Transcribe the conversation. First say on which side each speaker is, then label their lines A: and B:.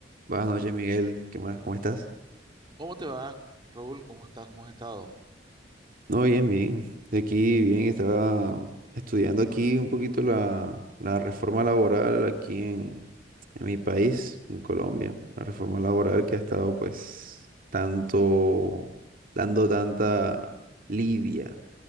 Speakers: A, on the right; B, on the right.
A: Buenas noches, Miguel. ¿Qué más? ¿Cómo estás?
B: ¿Cómo te va, Raúl? ¿Cómo estás? ¿Cómo has estado?
A: No, bien, bien. Estoy Aquí, bien, estaba estudiando aquí un poquito la, la reforma laboral aquí en, en mi país, en Colombia. La reforma laboral que ha estado, pues, tanto, dando tanta lidia